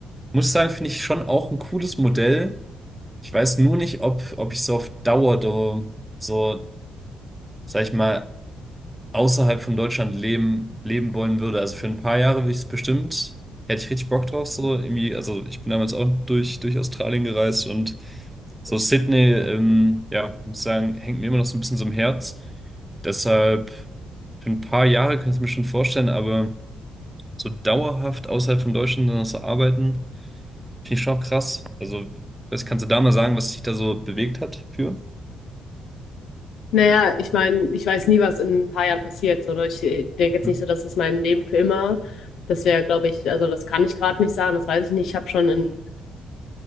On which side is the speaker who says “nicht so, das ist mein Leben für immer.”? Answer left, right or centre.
Left